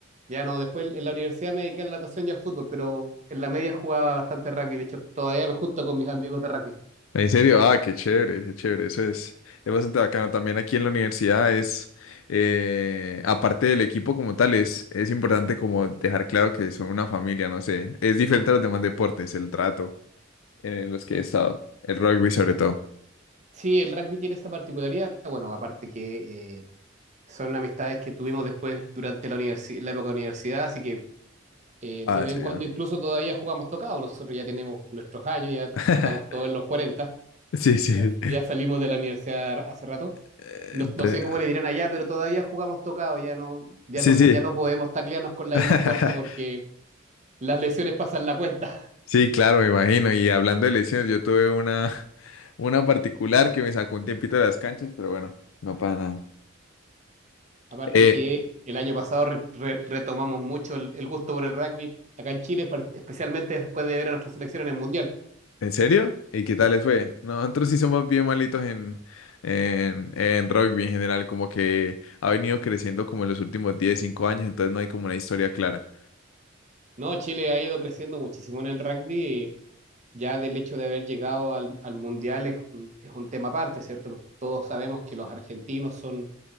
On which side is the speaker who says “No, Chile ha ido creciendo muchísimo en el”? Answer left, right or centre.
Right